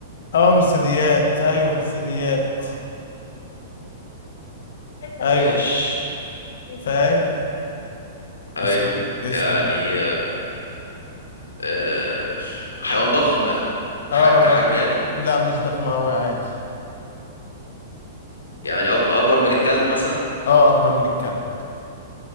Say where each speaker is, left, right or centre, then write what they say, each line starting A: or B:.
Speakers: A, on the left; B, on the left.
A: اه من الثدييات ايوه من الثدييات ايوه
B: ماشي
A: فاهم
B: ايوه
A: اسأل اسأل
B: يعني آه، حيوان ضخم
A: اه
B: ح- كحجم
A: ده
B: يعني
A: لا مش ضخم اوي عادي
B: يعني أج- اكبر من الكلب مثلا
A: اه اكبر من الكلب